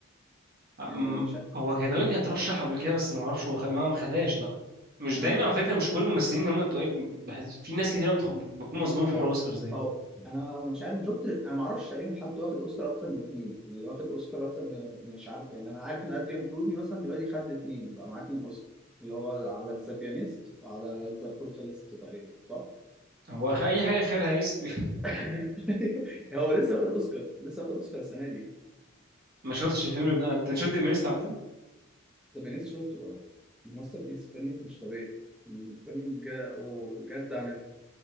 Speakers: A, on the right; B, in the centre.
A: أم...
B: يعني أنا مش
A: هو كان تقريبا كان ترشح قبل كده بس ما اعرفش هو خ... ما ما خدهاش لا مش
B: مم.
A: دايما على فكره مش كل الممثلين اللي هم التقال بحس- في ناس كتير بتخ... بتكون مصدومه في حوار
B: هو
A: الاوسكار زي
B: هو انا مش عارف مش شفت انا ما اعرفش تقريبا حد واخد اوسكار اكتر من اتنين يعني اللي واخد اوسكار اكتر من- مش عارف يعني انا عارف ان ادريان برودي مثلا دلوقتي خد اتنين بقى معاه اتنين اوسكار اللي هو على ذا بيانيست وعلى ذا بروتاليست تقريبا صح؟
A: هو خ... اي حاجه خيرها است <laughs>
B: <laughs> هو لسه واخد اوسكار لسه واخد اوسكار السنه دي
A: ما شفتش الفيلم ده انا انت شفت ديمينيست عامه
B: ذا بيانيست شفته بقى ماستر بيس فيلم مش طبيعي مم، فيلم بجد عن